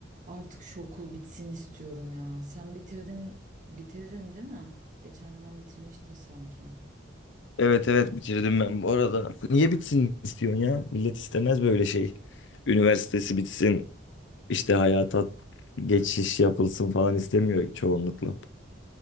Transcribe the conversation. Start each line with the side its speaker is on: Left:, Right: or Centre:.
Right: Artık şu okul bitsin istiyorum ya. Sen bitirdin, bitirdin değil mi? Geçen dönem bitirmiştin sanki.
Left: Evet evet bitirdim ben bu arada. Niye bitsin istiyorsun ya? Millet istemez böyle şey. Üniversitesi bitsin, işte hayata geçiş yapılsın falan istemiyor çoğunlukla.